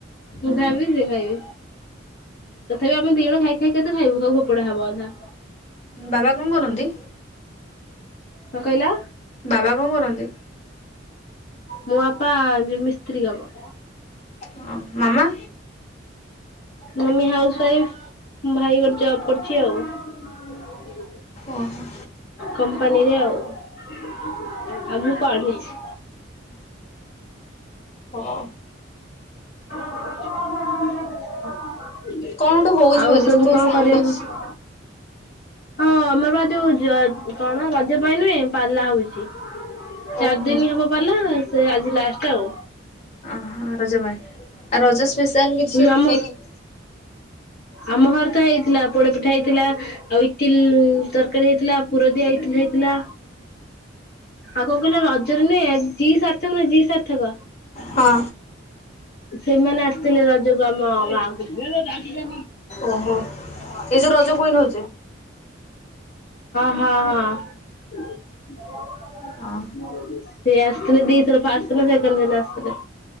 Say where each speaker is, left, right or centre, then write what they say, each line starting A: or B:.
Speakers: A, on the left (about 35°); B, on the left (about 50°).
A: ହଁ।
B: ମୁଁ ଖାଇବି ସେ ଖାଇବେ। ତଥାପି ଆମେ ଦି ଜଣ ଖାଇ ଖାଇ କେତେ ଖାଇବୁ ସବୁ ଫୋପଡା ହବ ଅଧା।
A: ବାବା କଣ କରନ୍ତି?
B: କଣ କହିଲ?
A: ବାବା କଣ କରନ୍ତି?
B: ମୋ ବାପା ଯ ମିସ୍ତ୍ରୀ କାମ
A: ହଁ। ମାମା?
B: ମମି ହାଉସ ୱାଇଫ୍, ଭାଇ ଗୋଟେ ଜବ୍ କରୁଛି ଆଉ।
A: ଓହୋ।
B: କମ୍ପାନୀରେ ଆଉ <inaudible> ଆଉ ମୁଁ ପଢୁଛି। <inaudible>
A: ହଉ
B: <inaudible>
A: କଣ ଗୋଟେ ହଉଛି
B: ଆଉ
A: ବୋଧେ
B: ସବୁ
A: ସେଥିପାଇଁ
B: କଣ
A: ସାଉଣ୍ଡ
B: କରିବା
A: ଆସୁଛି
B: କୁ ହଁ ଆମର ପା ଯୋଉ ଯ କଣ ରଜ ପାଇଁ ନୁହେଁ ପାଲା ହଉଚି। ଚାରି
A: ଓହୋ।
B: ଦିନ ହବ ପାଲା। ସେ ଆଜି ଲାଷ୍ଟ ଆଉ।
A: ଓହୋ ରଜ ପାଇଁ ଆଉ ରଜ ସ୍ପେଶାଲ କିଛି
B: ଆମ
A: ହେଇନି <inaudible>
B: ଆମ ଘର ତ ହେଇଥିଲା ପୋଡପିଠା ହେଇଥିଲା ଆଉ ଇଟିଲି ତରକାରୀ ହେଇଥିଲା ପୁରଦିଆ ଇଟିଲ ହେଇଥିଲା। ଆଉ କଣ କହିଲ ରଜରେ ନୁହେ ଜି ସାର୍ଥକ <unintelligible> ଜି ସାର୍ଥକ।
A: ହଁ।
B: ସେଇମାନେ ଆସିଥିଲେ ରଜକୁ ଆମ ଗାଁକୁ। <inaudible> ହଁ ହଁ
A: ଓହୋ। ଏଇ ଯୋଉ ରଜ କୁଇନ ହଉଛେ
B: ହଁ ସେ
A: ହଁ
B: ଆସିଥିଲେ ଦିଇଥର ଫା ସାଇକଲ ଦିନ ଆସଥିଲେ।